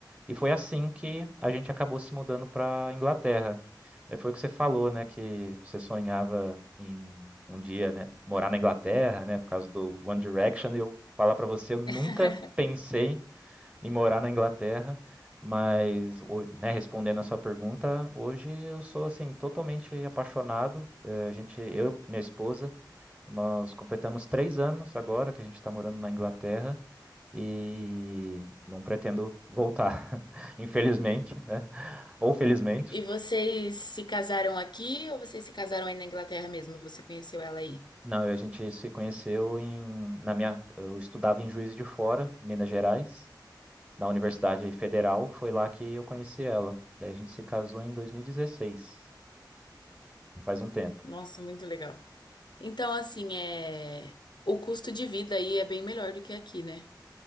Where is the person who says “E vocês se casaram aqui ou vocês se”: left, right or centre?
Left